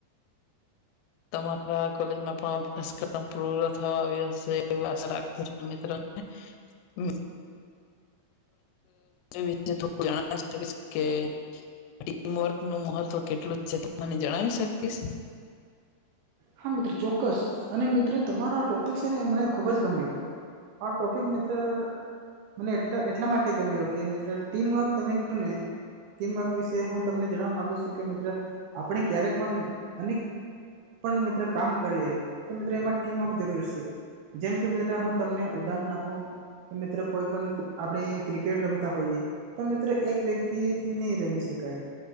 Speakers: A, on the left; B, on the right.
A: તમારા કોલેજમાં પણ અભ્યાસક્રમ પૂયો થવા આવ્યો હશે, એવી આશા રાખુ છું મિત્ર. હમ. <inaudible> જાણેશે કે ટીમવર્ક નું મહત્વ કેટલું છે, તે મને જણાવી સકીસ?
B: હા મિત્ર, ચોક્કસ અને મિત્ર તમારો ટોપિક સે ને મને ખુબ જ ગમ્યું. આ ટોપિક મિત્ર મને એટ એટલા માટે ગમ્યો કે મિત્રો ટીમવર્ક તમે કું ને કેક વિષ હું તમને જણવા મામાંગુ છું કે મિત્ર આપણે ક્યારે પણ અને મિત્રો કામ કરીએ તો મિત્રો એમાં ટીમવર્ક જરૂર છે જેમ કે મ્રો તમને ઉદાહરણ આપું કે મિત્રો કોઈ પણ આપણે ક્રિકેટ ર હોઈએ તો મિત્રો એક વ્યક્તિથી નહી રમી શકાય